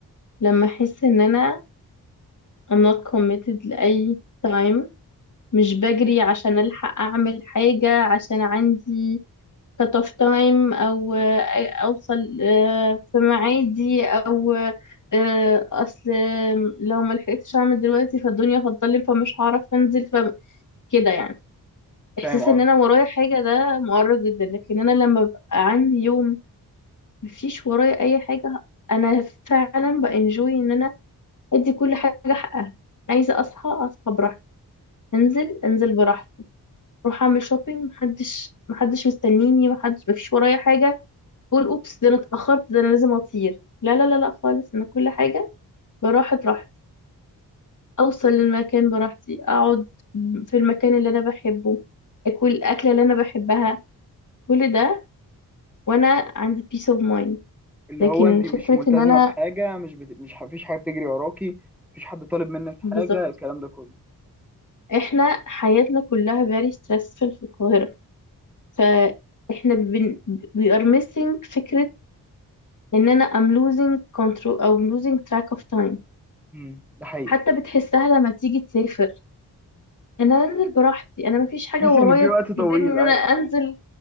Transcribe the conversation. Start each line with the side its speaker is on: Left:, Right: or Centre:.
Left: لما احس ان انا I'm not committed لاي time مش بجري عشان الحق اعمل حاجه عشان عندي cut off time او آه، اوصل آه، في ميعادي او آه، اصل لو ما لحقتش اعمل دلوقتي فالدنيا هتضلم فمش هعرف انزل فكده يعني احساس
Centre: فاهم قصدي
Left: ان انا ورايا حاجه ده مؤرق جدا لكن انا لما ببقى عندي يوم مفيش ورايا اي حاجه انا فعلا بانجوي ان انا ادي كل حاجه حقها عايزه اصحى اصحى براحتي انزل انزل براحتي اروح اعمل شوبينج محدش محدش مستنيني محدش مفيش ورايا حاجه بقول اوبس ده انا اتاخرت ده انا لازم اطير لا لا لا لا خالص انا كل حاجه براحه راحتي اوصل للمكان براحتي اقعد في المكان اللي انا بحبه اكل الاكله اللي انا بحبها كل ده وانا عندي peace of mind
Centre: اللي
Left: لكن
Centre: هو انت
Left: فكرة
Centre: مش ملتزمه
Left: ان انا
Centre: بحاجه مش بت... مش مفيش حاجه بتجري وراكي مفيش حد طالب منك حاجه
Left: بالظبط
Centre: الكلام ده كله
Left: احنا حياتنا كلها very stressful في القاهرة فاحنا بن... we are missing فكرة ان انا I'm losing control او I'm losing track of time
Centre: امم ده حقيقي
Left: حتى بتحسها لما تيجي تسافر انا انزل براحتي انا مفيش حاجة
Centre: تحس
Left: ورايا
Centre: ان في وقت طويل
Left: تجبرني ان
Centre: ايوه
Left: انا انزل